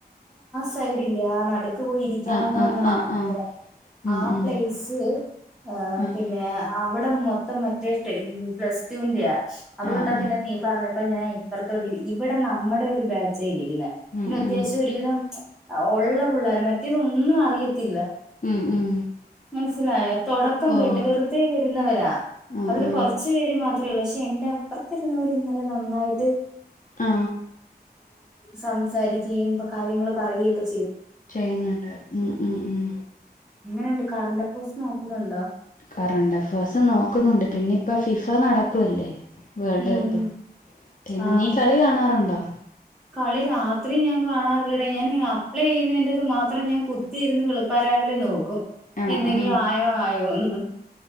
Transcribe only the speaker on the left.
ആഹ് ആഹ് ആഹ് ആഹ്
ഉം
ഉം
ആഹ്
ആഹ്
ആഹ്
ഉം
ഉം
ഉം ഉം
ഓഹ്
ആഹ്
ആഹ്
ആ
ചെയ്യുന്നുണ്ടായിരുന്നു ഉം ഉം ഉം
കറണ്ടഫേഴ്സ് നോക്കുന്നുണ്ട് പിന്നെ ഇപ്പം ഫിഫ നടക്കുവല്ലേ വേൾഡ്
കപ്പ് പിന്നെ
നീ കളി കാണാറുണ്ടോ
ആഹ്
ആഹ്